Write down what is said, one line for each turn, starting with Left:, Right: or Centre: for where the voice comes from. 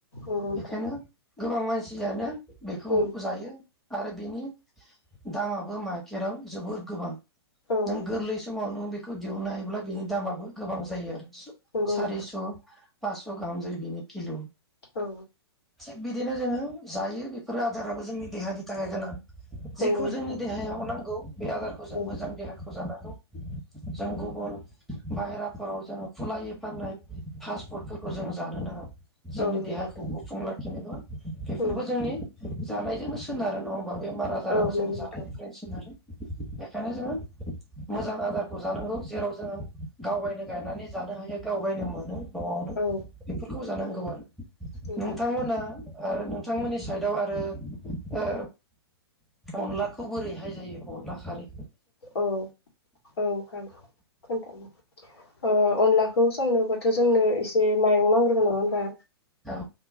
Left: नोंथां
Centre: बेखायनो गोबां मानसियानो बेखौ
Left: उम
Centre: जायो आरो बेनि दामाबो मा जेराव जोबोर गोबां
Left: औ
Centre: नों
Left: नंगौ
Centre: गोरलि समावनो खौ दिहोननो हायोब्ला बिनि दामाबो गोबां जायो आरो
Left: नंगौ
Centre: सारिस'
Left: नोंथां
Centre: पास' गाहाम जायो बिनि किल'
Left: औ
Centre: थिग बिदिनो जोङो जायो बेफोरो आदाराबो जोंनि देहानि थाखाय गोनां जेखौ
Left: नंगौ नोंथां
Centre: जोंनि देहायाव नां गौ बे आदारखौ जों
Left: औ
Centre: मोजां देहाखौ जाना जों गुबुन बाहेराफोराव जोङो खुलायै फाननाय फास्ट फुडफोरखौ जों जानो नाङा जोंनि
Left: औ नंगौ
Centre: देहाखौ
Left: नोंथां
Centre: गुफुंला जेनेबा बेफोरबो
Left: उम
Centre: जोंनि जानायजोंनो सोनारो नङा होम बा बेमार आजाराबो
Left: औ
Centre: जों
Left: नंगौ नोंथां
Centre: जानायनिफ्रायनो सोनारो बेखायनो जोङो मोजां आदारखौ जानांगौ जेराव जोङो गावगायनो गायनानै जानो हायो गावगायनो मोनो न'आवनो
Left: औ
Centre: बेफोरखौ जानांगौ गौ आरो
Left: नंगौ
Centre: नोंथांमोना
Left: नोंथां
Centre: आरो नोंथांमोननि साइदाव आरो ओ अनलाखौ बोरैहाय जायो अनला खारै
Left: औ औ खोन्थानो ओ अनलाखौ संनोबाथ' जोंनो एसे माइरं नांग्रोन नङा होनबा
Centre: औ